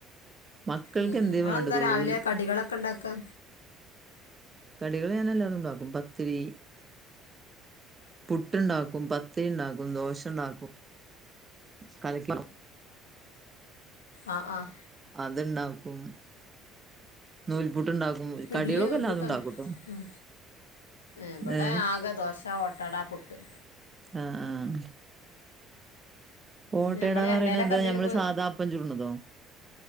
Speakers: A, on the right; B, on the left.
A: മക്കൾക്ക്
B: ഉം
A: എന്തേയും
B: ഉം നിങ്ങളെന്താ
A: വേണ്ടതുള്ളു
B: രാവിലെ
A: ഓൽക്ക്
B: കടികളൊക്കെ ഉണ്ടാക്കുക
A: കടികള് ഞാൻ എല്ലാതും ഉണ്ടാക്കും പത്തിരി പു ട്ട്ണ്ടാക്കും പത്തിരി ഉണ്ടാക്കും ദോശ ഉണ്ടാക്കും കലക്കി
B: ആഹ് ആഹ്
A: അത്ണ്ടാക്കും നൂൽപുട്ടുണ്ടാക്കും കടികളൊക്കെ
B: ഇഡലി നൂൽപുട്ടാ
A: എല്ലാതും ഉണ്ടാക്കുംട്ടോ
B: ഉം ഇവടെ
A: ഏ
B: ആകെ ദോശ ഓട്ടട പുട്ട്
A: ആഹ് ആഹ് ഓട്ടടാന്ന്
B: ഞമ്മൾ
A: പറയണത്
B: എണ്ണയിലൊക്കെ
A: എന്താ
B: എന്തേലും
A: നമ്മള്
B: പോ
A: സാദാപ്പം ചുടണതോ